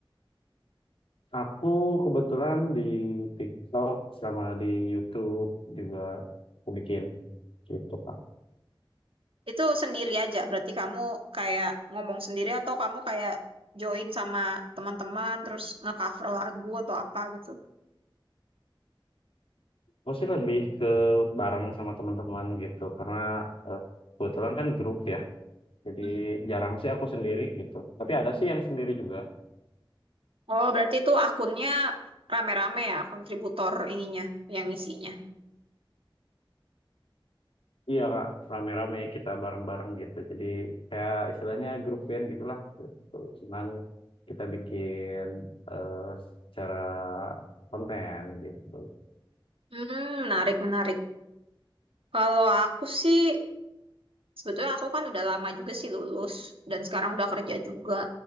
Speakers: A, on the left; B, on the right.
A: Aku kebetulan di TikTok sama di YouTube juga aku bikin gitu Kak.
B: Itu sendiri aja, berarti kamu kayak ngomong sendiri atau kamu kayak join sama teman-teman terus nge-cover lagu atau apa gitu?
A: Aku sih lebih ke bareng sama teman-teman gitu karena eh, kebetulan kan grup ya. Jadi
B: Mm.
A: jarang sih aku sendiri gitu. Tapi ada sih yang sendiri juga.
B: Oh berarti itu akunnya rame-rame ya, kontributor ininya, yang isinya.
A: Iya Kak, rame-rame kita bareng-bareng gitu. Jadi kayak istilahnya grup band gitulah. Gitu. Cuman kita bikin eh, secara konten gitu.
B: Hmm, menarik, menarik. Kalau aku sih Sebetulnya aku kan udah lama juga sih lulus dan sekarang udah kerja juga.